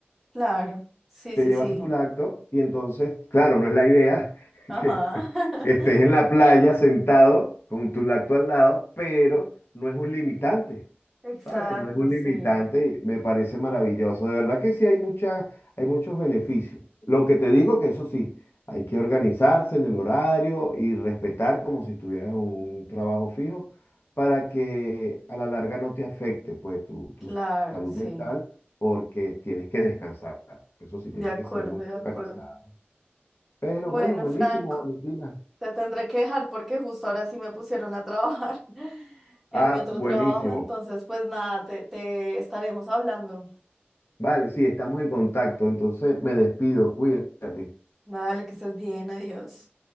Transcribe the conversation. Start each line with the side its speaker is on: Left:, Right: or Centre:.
Centre: Claro, sí,
Left: te
Centre: sí,
Left: llevas
Centre: sí.
Left: tu laptop, y entonces, claro, no es la idea <laughs>
Centre: Ajá.
Left: que,
Centre: <laughs>
Left: que estés en la playa sentado con tu laptop al lado, pero no es un limitante.
Centre: Exacto,
Left: ¿sabes? No es un limitante,
Centre: sí.
Left: me parece maravilloso. De verdad que sí hay mucha, hay muchos beneficios. Lo que te digo que eso sí, hay que organizarse en el horario y respetar como si estuvieras en un trabajo fijo para que a la larga no te afecte pues tu, tu
Centre: Claro,
Left: salud
Centre: sí.
Left: mental porque tienes que descansar. Eso sí,
Centre: De
Left: tienes
Centre: acuerdo,
Left: que ser muy
Centre: de acuerdo.
Left: organizado. Pero
Centre: Bueno,
Left: bueno, buenísimo,
Centre: Franco,
Left: Valentina.
Centre: Te tendré que dejar porque justo ahora sí me pusieron a trabajar <laughs> en
Left: Ah,
Centre: mi otro
Left: buenísimo.
Centre: trabajo. Entonces, pues nada, te, te estaremos hablando.
Left: Vale, sí, estamos en contacto. Entonces me despido, cuídate.
Centre: Dale, que estés bien, adiós.